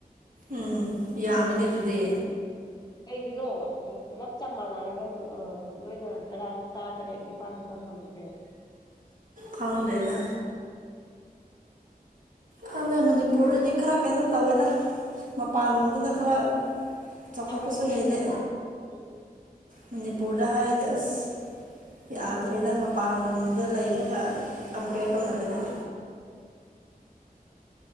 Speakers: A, on the right; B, on the left.
A: ꯎꯝ ꯌꯥꯝꯃꯤꯅꯦ ꯑꯗꯨꯗꯤ
B: ꯀꯩꯒꯤꯅꯣ ꯑꯗꯨꯗ ꯄꯨꯂꯞ ꯆꯞ ꯃꯥꯟꯅꯔꯒ ꯅꯣꯏꯅ ꯇꯔꯥ ꯇꯔꯥ ꯇꯔꯦꯠ ꯅꯤꯄꯥꯜꯗ ꯇꯝꯍꯪꯉꯒꯦ
A: ꯈꯪꯗ꯭ꯔꯦꯗ ꯍꯗ ꯃꯅꯤꯄꯨꯔꯗꯗꯤ ꯈꯔ ꯀꯩꯅꯣ ꯇꯧꯋꯦꯗ ꯃꯄꯥꯟꯂꯣꯝꯗꯅ
B: ꯎꯝ
A: ꯈꯔ ꯆꯈꯣꯏ
B: ꯆꯥꯎꯈꯠꯄ
A: ꯄꯁꯣꯏ
B: ꯈꯔ
A: ꯍꯦꯜꯂꯦ
B: ꯍꯦꯟꯕ꯭ꯔꯥ ꯎꯝ
A: ꯃꯅꯤ ꯄꯨꯔꯗꯍꯔꯗꯤꯁ ꯌꯥꯗ꯭ꯔꯦꯗ ꯃꯄꯥꯟꯂꯣꯝꯗ ꯂꯩꯕꯒ ꯀꯝꯄꯦꯌꯔ ꯇꯧꯅꯔꯗꯤꯦ